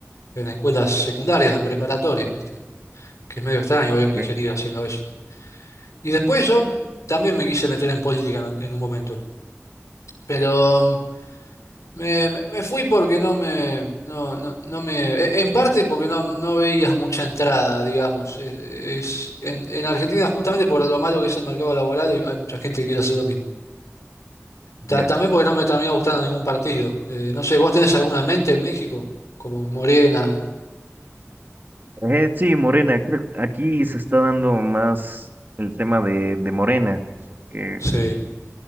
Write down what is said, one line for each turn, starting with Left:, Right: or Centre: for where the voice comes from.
Left: en escuelas secundarias, en preparatorias, ¿viste? Que es medio extraño ver un ingeniero
Right: ok.
Left: haciendo eso. Y después yo también me quise meter en política en, en un momento, pero mm, me, me- me fui porque no me, no, no, no me, e- en parte porque no, no veía <laughs> mucha entrada, digamos. Es, es- en, en Argentina justamente por lo malo que es el mercado laboral hay hay mucha gente que quiere hacer lo mismo. Ta-
Right: Ya.
Left: también porque no me terminó gustando ningún partido. Eh, no sé, ¿vos tenés alguna en mente en México? Como Morena.
Right: Eh, sí, Morena, creo que aquí se está dando más el tema de, de Morena, que
Left: Sí,